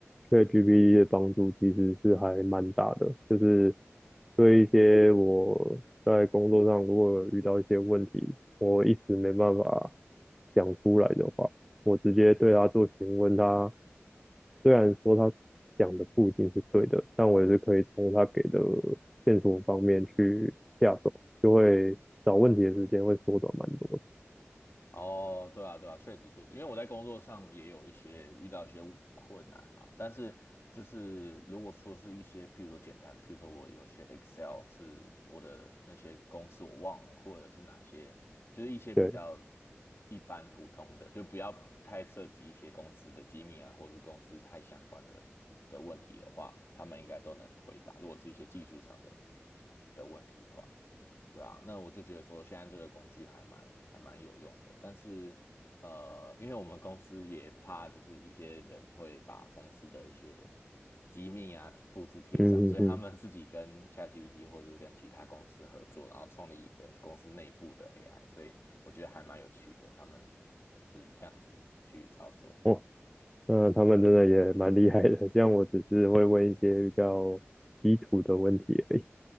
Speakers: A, in the centre; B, on the left.
A: 对 g p t 的帮助其实是还蛮大的，就是对一些我在工作上如果有遇到一些问题，我一时没办法讲出来的话，我直接对他做询问他，虽然说他讲的不一定是对的，但我也是可以从他给的线索方面去下手，就会找问题的时间会缩短蛮多的。
B: 哦，对啊，对啊，确实确实，因为我在工作上也有一些遇到一些困难啦，但是就是如果说是一些，譬如说简单，譬如说我有些 Excel 是我的那些公式我忘了，或者是哪些，就是一些比较
A: 对，
B: 一般普通的，就不要太涉及一些公司的机密啊，或是公司太相关的的问题的话，他们应该都能回答。如果是一些技术上的的问题的话。对啊，那我就觉得说现在这个工具还蛮还蛮有用的，但是呃，因为我们公司也怕就是一些人会把公司的一些机密啊贴复制贴上，
A: 嗯嗯嗯，
B: 所以他们自己跟 ChatGPT 或者是跟其他公司合作，然后创立一个公司内部的 AI，所以我觉得还蛮有趣的，他们是这样子去操作。
A: 我、嗯，他们真的也蛮厉害的，这样我只是会问一些比较基础的问题而已。